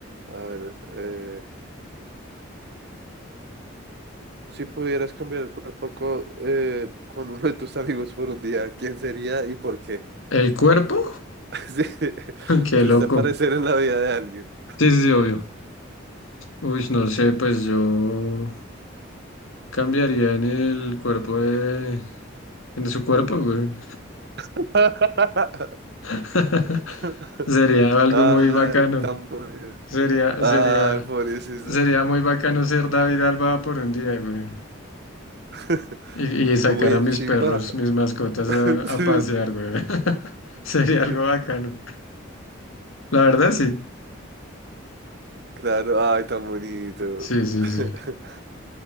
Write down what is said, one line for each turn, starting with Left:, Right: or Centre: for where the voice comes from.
Right: A ver, eh, si pudieras cambiar el cuerpo co- eh, con uno de tus amigos por un día, ¿quién sería y por qué?
Left: ¿El cuerpo?
Right: <laughs> Sí,
Left: <laughs> Qué
Right: O si
Left: loco.
Right: usted aparecer en la vida de alguien.
Left: Sí, sí, sí, obvio. Uy, no sé, pues yo cambiaría en el cuerpo de... en su cuerpo, güey.
Right: <laughs>
Left: <laughs>
Right: <laughs>
Left: Sería algo
Right: Ay,
Left: muy bacano.
Right: tan bueno.
Left: Sería,
Right: Ay,
Left: sería,
Right: pobrecito.
Left: sería muy bacano ser David Alba por un día, güey.
Right: <laughs>
Left: Y, y sacar
Right: Uy, es
Left: a mis
Right: chimba.
Left: perros, mis mascotas
Right: <laughs>
Left: a, a
Right: Sí.
Left: pasear, güey. <laughs> Sería
Right: <laughs>
Left: algo bacano. La verdad, sí.
Right: Claro, ay, tan bonito.
Left: Sí, sí,
Right: <laughs>
Left: sí.